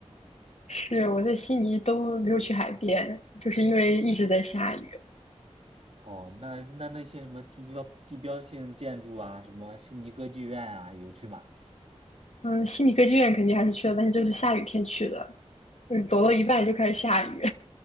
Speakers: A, on the left; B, on the right.
A: <laughs> 是我在悉尼都没有去海边，就是因为一直在下雨。
B: 哦，那那那些什么地标地标性建筑啊，什么悉尼歌剧院啊，有去吗？
A: 嗯，悉尼歌剧院肯定还是去了，但是就是下雨天去的，就是走到一半就开始下雨，